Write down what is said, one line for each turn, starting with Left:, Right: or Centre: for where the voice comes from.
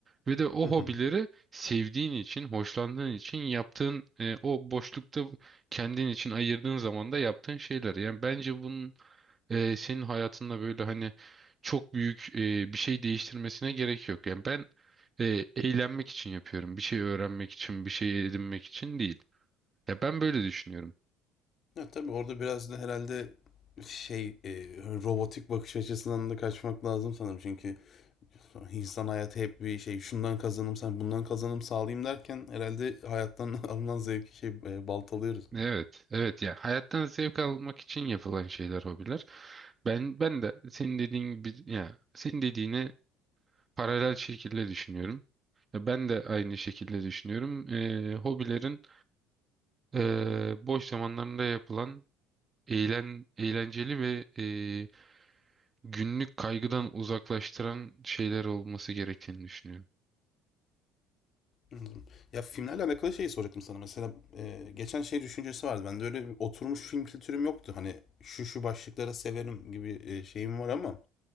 Right: ve de o
Left: Hı hı.
Right: hobileri sevdiğin için, hoşlandığın için yaptığın e, o boşlukta kendin için ayırdığın zaman da yaptığın şeyler. Yani bence bunun e, senin hayatında böyle hani çok büyük e, bir şey değiştirmesine gerek yok. Yani ben e, eğlenmek için yapıyorum. Bir şey öğrenmek için, bir şey edinmek için değil. Ya ben böyle düşünüyorum.
Left: Ya tabii orada biraz da herhalde şey e, robotik bakış açısından da kaçmak lazım sanırım. Çünkü insan hayatı hep bir şey şundan kazanım sen bundan kazanım sağlayayım derken herhalde hayattan <laughs> alınan zevki şey e, baltalıyoruz.
Right: Evet, evet ya hayattan zevk almak için yapılan şeyler hobiler. Ben ben de senin dediğin gibi ya senin dediğini paralel şekilde düşünüyorum. Ya ben de aynı şekilde düşünüyorum. E, hobilerin Eee, boş zamanlarında yapılan eğlen, eğlenceli ve eee, günlük kaygıdan uzaklaştıran şeyler olması gerektiğini düşünüyorum.
Left: Anladım. Ya filmlerle alakalı şeyi soracaktım sana. Mesela e, geçen şey düşüncesi vardı. Bende öyle bir oturmuş film kültürüm yoktu. Hani şu şu başlıklara severim gibi e, şeyim var ama